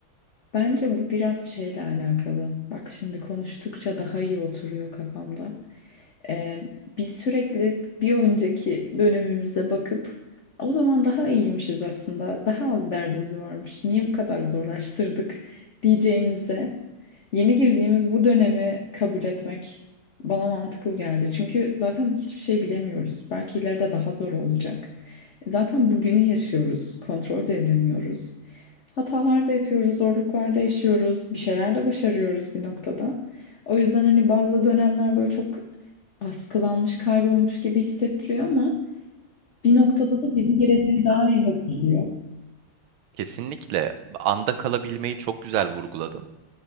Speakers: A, on the left (about 60°); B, on the right (about 80°).
A: Bence bu biraz şeyle alakalı. Bak şimdi konuştukça daha iyi oturuyor kafamda. Ee, biz sürekli bir önceki dönemimize bakıp o zaman daha iyiymişiz aslında. Daha az derdimiz varmış. Niye bu kadar zorlaştırdık diyeceğimize Yeni girdiğimiz bu dönemi kabul etmek bana mantıklı geldi. Çünkü zaten hiçbir şey bilemiyoruz. Belki ileride daha zor olacak. E, Zaten bugünü yaşıyoruz, kontrol de edemiyoruz. Hatalar da yapıyoruz, zorluklar da yaşıyoruz, bir şeyler de başarıyoruz bir noktada. O yüzden hani bazı dönemler böyle çok askılanmış, kaybolmuş gibi hissettiriyor ama bir noktada da bizi geleceğe daha iyi hazırlıyor.
B: Kesinlikle anda kalabilmeyi çok güzel vurguladın.